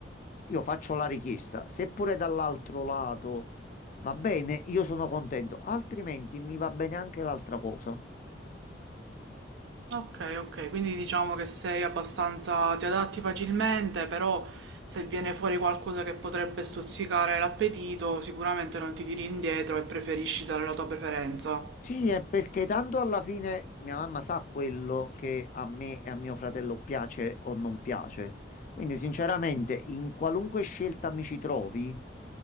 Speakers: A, on the left (about 45°); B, on the right (about 75°).
A: io faccio la richiesta. Se pure dall'altro lato va bene, io sono contento, altrimenti mi va bene anche l'altra cosa.
B: Ok, ok, quindi diciamo che sei abbastanza, ti adatti facilmente, però se viene fuori qualcosa che potrebbe stuzzicare l'appetito, sicuramente non ti tiri indietro e preferisci dare la tua preferenza.
A: Sì, è perché tanto alla fine mia mamma sa quello che a me e a mio fratello piace o non piace. Quindi, sinceramente, in qualunque scelta mi ci trovi,